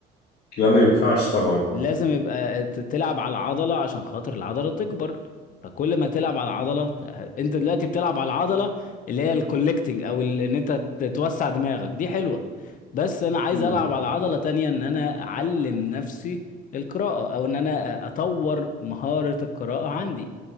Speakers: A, on the left; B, on the left.
A: لا ما ينفعش طبعا
B: لازم يبقى ت- تلعب على العضلة عشان خاطر العضلة تكبر فكل ما تلعب على العضلة ت- انت دلوقتي بتلعب على العضلة اللي هي الكولكتنج او ال- ان انت ت- توسع دماغك دي حلوة بس انا عايز
A: مم.
B: العب على عضلة تانية ان انا اعلم نفسي القراءة او ان انا أ- اطور مهارة القراءة عندي